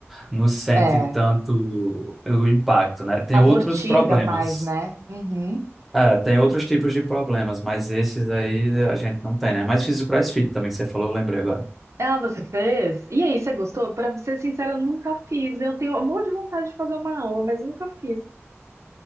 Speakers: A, in the centre; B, on the right.
A: não sente
B: É,
A: tanto o impacto, né? Tem
B: amortiza
A: outros problemas.
B: mais, né? Uhum.
A: É, tem outros tipos de problemas, mas esses aí a gente não tem, né? Mas fiz o CrossFit também, que você falou, eu lembrei agora.
B: Ah, você fez? E aí, você gostou? Para ser sincera, eu nunca fiz. Eu tenho um monte de vontade de fazer uma aula, mas nunca fiz.